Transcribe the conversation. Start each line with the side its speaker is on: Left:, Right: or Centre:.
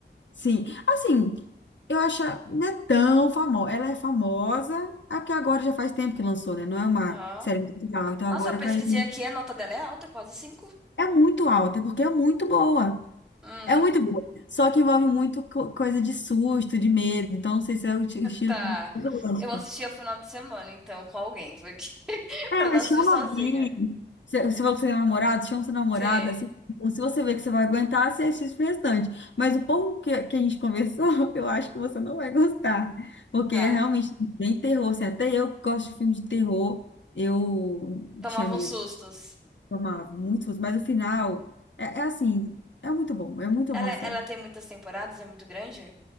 Left: Sim, assim, eu acho, ah, não é tão famosa. Ela é famosa, é porque agora já faz tempo que lançou, né? Não é uma
Centre: Ó.
Left: série muito legal. Então
Centre: Nossa,
Left: agora
Centre: eu pesquisei
Left: caiu.
Centre: aqui, a nota dela é alta, quase cinco
Left: É muito alta, porque é muito boa.
Centre: Hum,
Left: É muito boa. Só que envolve muito co- coisa de susto, de medo. Então, não sei se é o ti- estilo
Centre: tá.
Left: que você gosta.
Centre: Eu vou assistir ao final de semana, então, com alguém, porque... <laughs>
Left: É,
Centre: pra não
Left: chama
Centre: assistir sozinha.
Left: alguém. Se se você é namorado, chama seu namorado,
Centre: Sim,
Left: assiste. Se você vê que você vai aguentar, você assiste o restante. Mas o pouco que, que a gente conversou, <laughs> eu acho que você não vai gostar. Porque
Centre: tá.
Left: é realmente bem terror. Assim, até eu que gosto de filme de terror, eu
Centre: Tomava
Left: tinha medo,
Centre: uns sustos.
Left: tomava muito. susto. Mas o final, é é assim, é muito bom. É muito
Centre: Ela,
Left: bom a
Centre: ela
Left: série.
Centre: tem muitas temporadas, é muito grande?